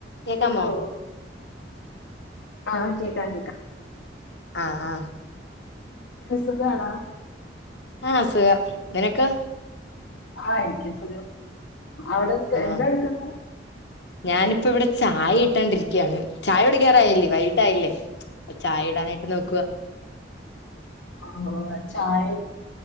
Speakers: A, on the left (about 70°); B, on the left (about 85°).
A: കേക്കാമോ
B: കേക്കാവോ ആഹ് കേക്കാം കേക്കാം
A: ആഹ ആഹ
B: സുഖമാണാ
A: ആഹ് സുഖം നിനക്കോ
B: ആഹ എനിക്ക് സുഖം അവിടെന്ത
A: ആഹ്
B: എന്താ എടുക്കുന്നത്
A: ഞാനിപ്പോ ഇവിടെ ചായ ഇട്ടാണ്ടിരിക്കയാണ് ചായ ഇവിടെ കയറായല്ലേ വൈകിട്ട ആായില്ലേ ചായ ഇടാനായിട്ട് നോക്കുക
B: ആഹ ചായ